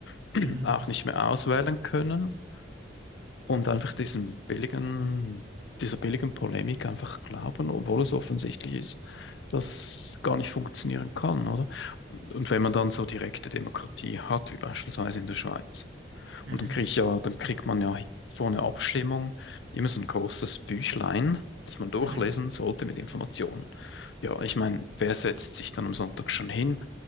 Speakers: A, on the left (about 75°); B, on the right (about 80°).
A: <clears throat>
B: Mhm,
A: auch nicht mehr auswählen können und einfach diesem billigen, dieser billigen Polemik einfach glauben, obwohl es offensichtlich ist, dass gar nicht funktionieren kann, oder? Und wenn man dann so direkte Demokratie hat, wie beispielsweise in der Schweiz,
B: mhm,
A: und dann kriegt ja, dann kriegt man ja vor einer Abstimmung immer so ein großes Büchlein, das man durchlesen
B: mhm.
A: sollte mit Informationen. Ja, ich meine, wer setzt sich dann am Sonntag schon hin